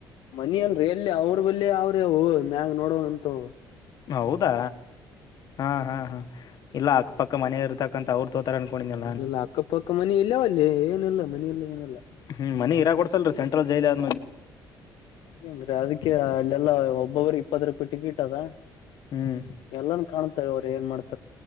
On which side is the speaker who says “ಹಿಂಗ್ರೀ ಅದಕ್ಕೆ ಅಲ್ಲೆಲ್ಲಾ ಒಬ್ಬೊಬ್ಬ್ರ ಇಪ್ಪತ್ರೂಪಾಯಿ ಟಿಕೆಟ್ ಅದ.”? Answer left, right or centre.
Left